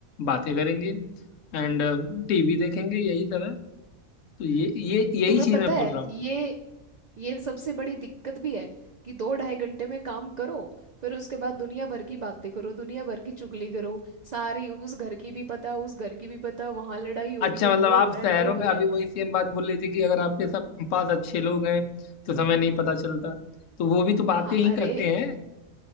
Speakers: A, on the left; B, on the right.
A: बातें करेंगे एंड टीवी देखेंगे यही सब है तो ये ये यही
B: तुम्हें
A: चीज
B: पता
A: मैं
B: है
A: बोल रहा हूँ
B: ये ये सबसे बड़ी दिक्कत भी है कि दो ढाई घंटे में काम करो फिर उसके बाद दुनिया भर की बातें करो दुनिया भर की चुगली करो सारी उस घर की भी पता उस घर की भी पता वहां लड़ाई हो
A: अच्छा
B: रही है ये
A: मतलब आप
B: हो रहा
A: शहरों
B: है वो हो
A: में
B: रहा
A: अभी
B: है
A: वही सेम बात बोल रही थी कि अगर आपके सब पास अच्छे लोग हैं तो समय नहीं पता चलता तो वो भी तो बातें
B: हाँ
A: ही
B: अरे
A: करते हैं